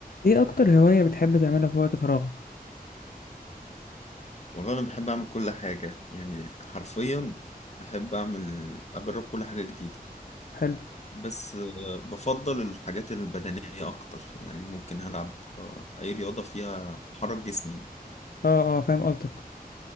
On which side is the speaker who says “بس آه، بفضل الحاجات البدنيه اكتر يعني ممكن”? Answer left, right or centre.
Left